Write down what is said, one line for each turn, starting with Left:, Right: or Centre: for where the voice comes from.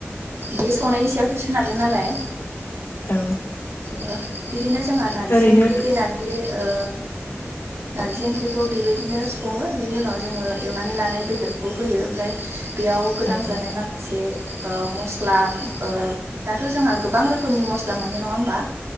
Right: बियो संनायनि सायावसो सोनारगोन नालाय
Left: औ
Right: ओ बिदिनो जोंहा नारजि
Left: ओरैनोथ'
Right: ओंख्रि बे नारजि ओ नारजि ओंख्रिखौ बेबायदिनो सङो बिनि उनाव जोङो एवनानै लानाय बेदरखौ होयो ओमफ्राय बेयाव गोनां
Left: औ
Right: जानाय माखासे ओ मस्ला ओ दाथ' जोंहा गोबां रोखोमनि मस्ला मोनो नङा हो बा